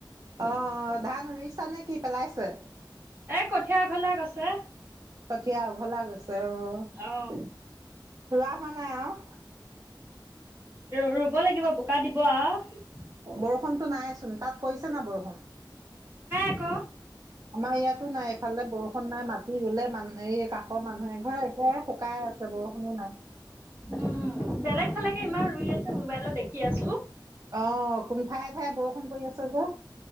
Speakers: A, on the right; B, on the right.
A: অ, ধান ৰুইছা নে কি পেলাইছে।
B: এ কঠীয়া উঘলা গৈছে।
A: কঠীয়া উঘলা গৈছে অ
B: অ
A: ৰোৱা হোৱা নাই আৰু।
B: ৰুব লাগিব বোকা দিব আৰু।
A: বৰষুণতটো নাইচোন তাত পৰিছে না বৰষুণ।
B: ক
A: আমাৰ ইয়াতো নাই এইফালে বৰষুন নাই মাটি ৰুলে মান এই কাষৰ মানুহ এঘৰ একে শুকাই আছে। বৰষুণো নাই
B: উম,। বেলেগ ফালেকে ইমান ৰুই আছে মোবাইলত দেখি আছো
A: অহ, কোন ঠায়ে - ঠায়ে বৰষুণ কৰি আছে যে।